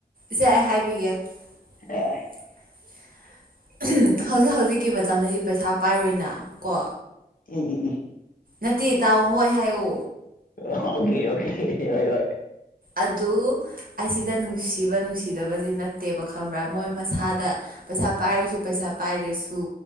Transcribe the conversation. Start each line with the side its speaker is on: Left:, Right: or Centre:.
Right: ꯁꯦ ꯑꯩ ꯍꯥꯏꯕꯤꯒꯦ <inaudible>
Left: ꯑꯦ
Right: ꯍꯧꯖꯤꯛ ꯍꯧꯖꯤꯛꯀꯤ ꯃꯇꯝꯗꯗꯤ ꯄꯩꯁꯥ ꯄꯥꯏꯔꯣꯏꯅ ꯀꯣ
Left: ꯎꯝ ꯎꯝ ꯎꯝ
Right: ꯅꯠꯇꯦ ꯇꯥꯎꯑꯣ ꯍꯣꯏ ꯍꯥꯏꯌꯣ
Left: ꯑꯣꯀꯦ ꯑꯣꯀꯦ ꯍꯣꯏ ꯍꯣꯏ
Right: ꯑꯗꯨ ꯑꯁꯤꯗ ꯅꯨꯡꯁꯤꯕ ꯅꯨꯡꯁꯤꯗꯕꯁꯦ ꯅꯠꯇꯦꯕ ꯈꯪꯕ꯭ꯔꯥ ꯃꯣꯏ ꯃꯁꯥꯗ ꯄꯩꯁꯥ ꯄꯥꯏꯔꯁꯨ ꯄꯩꯁꯥ ꯄꯥꯏꯗꯔꯁꯨ